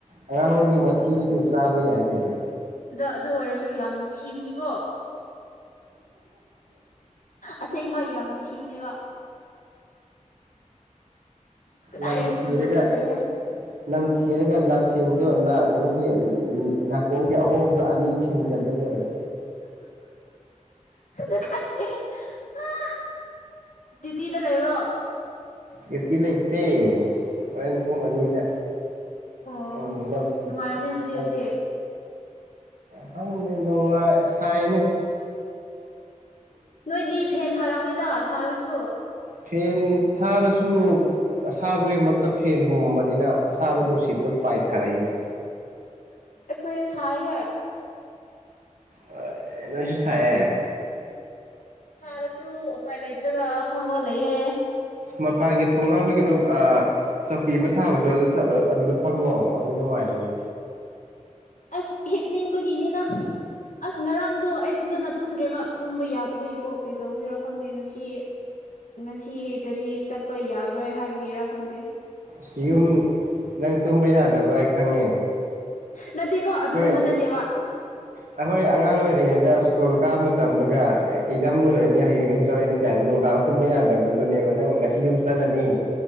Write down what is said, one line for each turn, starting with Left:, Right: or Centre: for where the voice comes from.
Right: ꯑꯉꯥꯡꯑꯣꯏ ꯃꯤ ꯃꯊꯤꯗꯤ ꯗꯨꯝ ꯆꯥꯕ ꯌꯥꯏ ꯀꯩꯅꯣ
Left: ꯑꯗ ꯑꯗꯨ ꯑꯣꯏꯔꯁꯨ ꯌꯥꯝ ꯅꯝꯊꯤꯕꯅꯤꯀꯣ ꯑꯁꯦꯡꯕ ꯌꯥꯝ ꯅꯝ ꯊꯤꯕꯅꯦꯕ ꯑꯁ ꯀꯗꯥꯏꯗꯒꯤ
Right: ꯅꯝꯊꯤꯔꯒ
Left: ꯇꯨꯀꯠꯁꯨ ꯇꯨꯀꯠꯆꯩꯍꯦ
Right: ꯅꯝꯊꯤꯔꯒ ꯂꯁꯤꯡꯗꯣ ꯅ ꯀꯩꯅꯣꯒꯤ ꯅꯥꯀꯣꯡꯒꯤ ꯑꯍꯣꯕ ꯗꯣ ꯑꯅꯤ ꯊꯤꯟ ꯆꯜꯂ ꯂꯣꯔꯦ
Left: ꯑ ꯀꯁꯦ <unintelligible> ꯑꯍ ꯗꯌꯨꯇꯤꯗ ꯂꯩꯕ꯭ꯔꯣ
Right: ꯌꯨꯇꯤ ꯂꯩꯇꯦ ꯍꯣꯔꯦꯟ ꯄꯨꯡ ꯑꯅꯤꯗ
Left: ꯑꯣ
Right: ꯎꯝ ꯂꯧ
Left: ꯅꯨꯡꯉꯥꯏꯔꯝꯅꯦ ꯑꯗꯨꯗꯤ
Right: ꯂꯧ
Left: ꯍꯧꯖꯤꯛ꯫
Right: ꯈꯪꯗꯦ ꯅꯨꯡꯉꯥꯢ ꯑꯁ ꯈꯥꯏꯅꯤ
Left: ꯅꯣꯏꯗꯤ ꯐꯦꯟ ꯊꯥꯔꯝꯅꯤꯗ ꯁꯥꯔꯁꯨ
Right: ꯐꯦꯟ ꯊꯥꯔꯁꯨ ꯑꯁꯥꯕꯒꯤꯃꯛꯇ ꯐꯦꯟ ꯍꯨꯝꯕꯅꯤꯅ ꯑꯁꯥꯕ ꯅꯨꯡꯁꯤꯠꯇꯣ ꯄꯥꯏꯊꯔꯛꯏꯅꯦ
Left: ꯑꯩꯈꯣꯏꯁꯥꯏ ꯍꯦ꯫
Right: ꯑ ꯑꯦ ꯅꯣꯏꯁꯨ ꯁꯥꯌꯦ꯫
Left: ꯁꯥꯔꯁꯨ ꯎꯄꯥꯏ ꯂꯩꯥꯏꯇꯔ꯭ꯒꯕ ꯐꯝꯔ ꯂꯩ ꯑꯦꯌꯦ
Right: ꯃꯄꯥꯟꯒꯤ ꯊꯣꯡꯅꯥꯎꯒꯤ ꯀꯩꯅꯣ ꯆꯧꯀꯤ ꯑꯃ ꯊꯥꯕꯗꯣ ꯑꯗꯨ ꯑꯗꯨꯗ ꯐꯝꯃꯣ ꯑꯗꯨ ꯅꯨꯡꯉꯥꯏꯔꯅꯦ
Left: ꯑꯁ ꯍꯦꯞꯅꯤꯡꯕꯒꯤꯅꯤꯅ ꯑꯁ ꯉꯔꯥꯡꯗꯣ ꯑꯩ ꯐꯖꯅ ꯇꯨꯝꯗ꯭ꯔꯦꯕ ꯇꯨꯝꯕ ꯌꯥꯗꯕꯒꯤꯀꯣ ꯀꯩꯗꯧꯕꯤꯔꯣ ꯈꯪꯗꯦ ꯉꯁꯤ ꯁꯤ ꯉꯁꯤ ꯒꯥꯔꯤ ꯆꯠꯄ ꯌꯥꯔꯣꯏ ꯍꯥꯏꯕꯒꯤꯔꯥ ꯈꯪꯗꯦ
Right: ꯁꯤ ꯌꯨꯝ ꯅꯪ ꯇꯨꯝꯕ ꯌꯥꯗꯕ꯭ꯔꯥ ꯍꯥꯏ ꯈꯪꯉꯦ
Left: ꯅꯠꯇꯦꯀꯣ ꯑꯗꯨꯒꯨꯝꯕ
Right: ꯍꯣꯏ
Left: ꯅꯠꯇꯦꯕ
Right: ꯑꯩꯈꯣꯏ ꯑꯉꯥꯡ ꯑꯣꯏꯔꯤꯉꯩꯗ ꯁ꯭ꯀꯨꯜ ꯀꯥꯕ ꯃꯇꯝꯗꯒ ꯑꯦꯛꯖꯥꯝꯣꯏꯔꯅꯤ ꯍꯌꯦꯡ ꯌꯨꯝ ꯆꯔꯔꯤꯅꯤ ꯇꯥꯏꯝ ꯅꯨꯡꯗꯥꯡ ꯇꯨꯝꯃ ꯌꯥ ꯍꯥꯏꯒꯗꯤ ꯑꯗꯨꯅꯦꯕ ꯅꯪ ꯉꯁꯤ ꯌꯨꯝ ꯆꯠꯂꯅꯤ